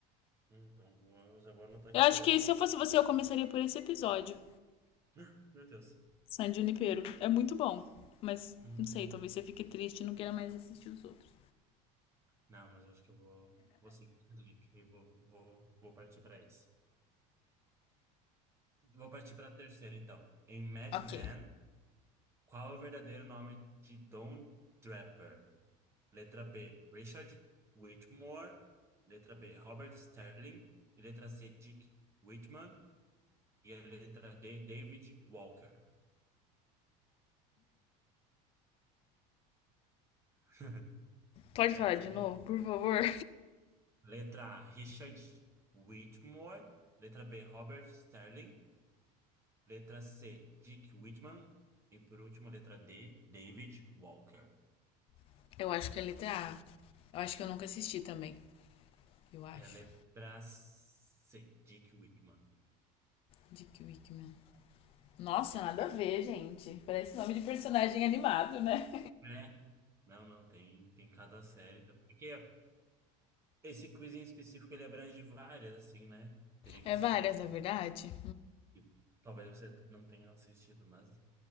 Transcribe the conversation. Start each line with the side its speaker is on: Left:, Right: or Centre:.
Right: Hum, Então, vou- já vou anotar
Left: Eu
Right: aqui
Left: acho
Right: para
Left: que
Right: assistir.
Left: se eu fosse você, eu começaria por esse episódio.
Right: <laughs> Ah, Meu Deus.
Left: San Junipero. É muito bom. Mas,
Right: Hum,
Left: não sei, talvez você fique triste e não queira mais assistir os outros.
Right: não, mas eu acho que eu vou, vou seguir esse link e vou, vou, vou partir para esse. Vou partir para a terceira, então. Em Mad
Left: Ok.
Right: Men, qual é o verdadeiro nome de Don Draper? Letra B, Richard Whitmore. Letra B, Robert Sterling. E letra C, Dick Whitman. E a letra D, David Walker. <laughs>
Left: Pode
Right: Eu
Left: falar
Right: não saberia.
Left: de novo, por favor?
Right: Letra A, Richard Whitmore. Letra B, Robert Sterling. Letra C, Dick Whitman. E por último, letra D, David Walker.
Left: <laughs> Eu acho que é letra A. Eu acho que eu nunca assisti também. Eu acho.
Right: E a letra C, Dick Whitman.
Left: Dick Wickman. Nossa, nada a ver, gente. Parece nome de personagem animado, né?
Right: Né? Não, não, tem, tem cada série também. Porque esse quiz em específico, ele abrange várias, assim, né? Teria
Left: É
Right: que ser...
Left: várias, é verdade?
Right: e Talvez você não tenha assistido, mas...